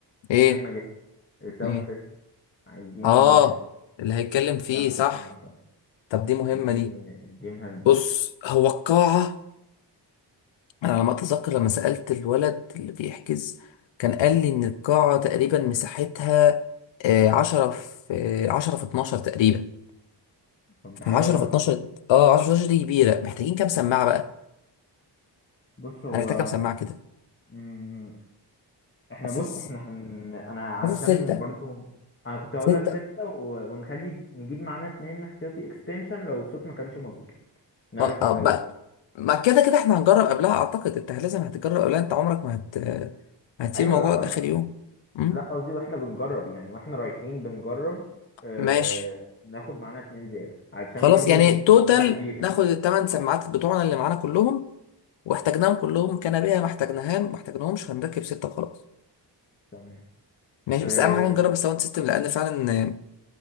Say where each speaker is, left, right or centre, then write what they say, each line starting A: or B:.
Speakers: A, on the left (about 80°); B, on the left (about 25°).
A: ايه
B: مهمة جدا الساوند
A: ايه
B: سيستم عايزين
A: اه اللي هيتكلم فيه
B: ساوند
A: صح
B: سيستم معتمد
A: طب دي مهمة
B: دي
A: دي
B: دي مهمة
A: بص هو القاعة انا على ما اتذكر لما سألت الولد اللي بيحجز كان قال لي ان القاعة تقريبا مساحتها آه، عشرة في آه، عشرة في اتناشر تقريبا
B: طب
A: فعشرة
B: ده حلو أوي
A: في اتناشر اه عشرة في اتناشر دي كبيرة محتاجين كام سماعة بقى
B: بص هو
A: هنحتاج كام سماعة كده
B: مم، احنا
A: حاسس
B: بص احنا هن... انا علشان
A: حاسس ستة
B: برضو انا كنت هقول
A: ستة
B: لك ستة و... ونخلي نجيب معانا اتنين احتياطي اكستنشن لو الصوت ما كانش مظبوط نعرف
A: اه اه
B: نزوده
A: بقى ما كده كده احنا هنجرب قبلها اعتقد انت لازم هتجرب قبلها انت عمرك ما هت هتسيب
B: ايوه
A: الموضوع
B: لا
A: ده
B: قصدي
A: اخر يوم مم؟
B: لا قصدي واحنا بنجرب يعني واحنا رايحين بنجرب اه...
A: ماشي
B: ناخد معانا اتنين زيادة علشان
A: خلاص
B: برضو
A: يعني توتال
B: مساحة كبيرة
A: ناخد الثمان سماعات بتوعنا اللي معانا كلهم واحتاجناهم كلهم كنبيه ما احتاجناهم ما احتاجناهمش هنركب سته وخلاص
B: تمام
A: ماشي
B: آه،
A: بس اهم حاجه نجرب الساوند سيستم لان فعلا آه،